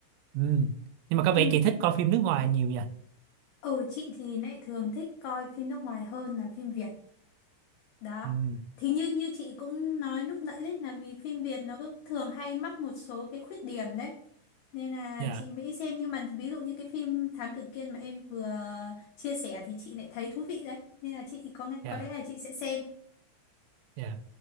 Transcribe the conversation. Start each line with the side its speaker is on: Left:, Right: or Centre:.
Right: ừ. nhưng mà có
Left: ừ.
Right: vẻ chị thích coi phim nước ngoài nhiều nha
Left: Ừ, chị thì lại thường thích coi phim nước ngoài hơn là phim Việt. Đó.
Right: ừ.
Left: Thì như như chị cũng nói lúc nãy đấy là vì phim Việt nó cứ thường hay mắc một số cái khuyết điểm đấy. Nên là
Right: dạ
Left: chị mới xem nhưng mà ví dụ như cái phim Thám Tử Kiên mà em vừa chia sẻ thì chị lại thấy thú vị đấy. Nên là chị có nghe-
Right: dạ
Left: có lẽ là chị sẽ xem.
Right: dạ